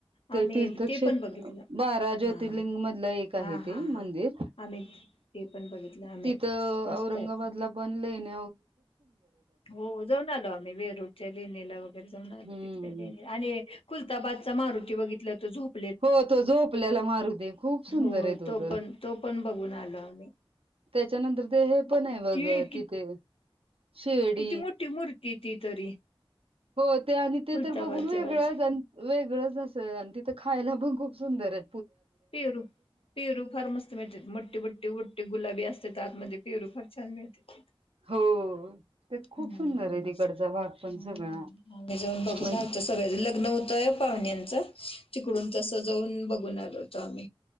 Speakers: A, on the right (about 80°); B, on the left (about 80°).
A: ते
B: आम्ही
A: तीर्थक्षेत्र
B: ते पण बघितलं.
A: बारा
B: हा
A: ज्योतिर्लिंग मधल एक आहे,
B: हा
A: ते
B: हा
A: मंदिर
B: हा आम्ही ते पण बघितलं आम्ही
A: तिथ औरंगाबादला.
B: मस्त आहे. पण.
A: लेन्या
B: हो जाऊन आलो आम्ही, वेरूळच्या लेणीला वगैरे. जाऊन आलो
A: हम्म.
B: तिथल्या लेणीला, आणि खुलताबादचा मारुती बघितलं तो झोप
A: हो तो झोपल्याला मारू आहे, खूप सुंदर
B: हो
A: आहे तो तर
B: पण तो पण बघून आलो आम्ही
A: त्याच्यानंतर ते हे पण आहे
B: किती
A: बघ
B: कि
A: तिथे. शेर्डी
B: किती मोठी मूर्ती ती तरी
A: हो ते आणि ते
B: खुलताबादच्या
A: तर बघून, वेगळंच-वेगळच
B: बाज
A: अस आणि. खायला पण खूप सुंदर आहे.
B: पेरू-पेरू फार मस्त मिळतात, मोठी-बटी-बटी गुलाबी असत्यात आतमध्येे पेरू फार. छल मिळ <unintelligible>
A: हो. ते खूप
B: ह <inaudible>
A: सुंदर आहे तिकडचा भाग पण सगळा
B: आम्ही जाऊन बघून
A: म्हण-
B: आलतो सगळ्या लग्न होतय पाहुण्यांच तिकडून तस जाऊन बघून आलोत <inaudible>